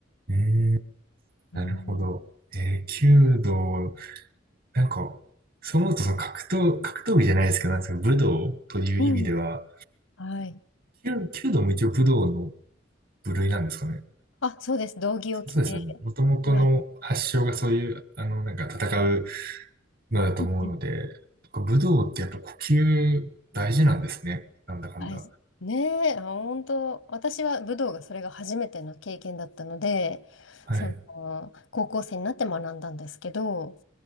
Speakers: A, on the right (about 45°); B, on the left (about 75°).
A: ええ、
B: うん。
A: なるほど。ええ、弓道、なんか、そう思うと、その格闘、格闘技じゃないですけど、なんですか、武道という意味では、
B: うん。はい。
A: 弓、弓道も一応武道の部類なんですかね。
B: あ、そうです。道着を着て。
A: そうですよね。もともとの発祥がそういう、
B: はい。
A: あの、なんか戦うのだと思うので、
B: ううんうん
A: 武道ってやっぱ呼吸大事なんですね。なんだかんだ。
B: はい。ねえ、本当、私は武道がそれが初めての経験だったので、
A: はい。
B: その、高校生になって学んだんですけど、